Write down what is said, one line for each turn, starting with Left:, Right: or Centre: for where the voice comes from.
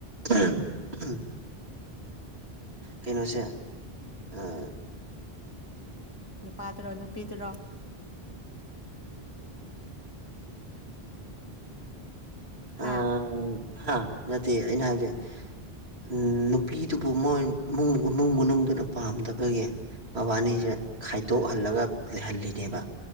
Right: ꯑꯍꯝ ꯎꯝ ꯀꯩꯅꯣꯁꯦ ꯑꯥ
Left: ꯅꯨꯄꯥꯗꯨꯔꯣ ꯅꯨꯄꯤꯗꯨꯔꯣ
Right: ꯑ
Left: ꯍꯥ
Right: ꯍꯥ ꯅꯠꯇꯦ ꯑꯩꯅ ꯍꯥꯏꯕꯁꯦ ꯎꯝ ꯅꯨꯄꯤꯗꯨꯕꯨ ꯃꯣꯏ ꯃꯨꯡ -ꯃꯨꯡ ꯃꯅꯨꯡꯗꯨꯅ ꯄꯥꯝꯗꯕꯒꯤ ꯃꯕꯥꯟꯅꯤꯁꯦ ꯈꯥꯏꯗꯣꯛꯍꯜꯂꯒ ꯂꯩꯍꯜꯂꯤꯅꯦꯕ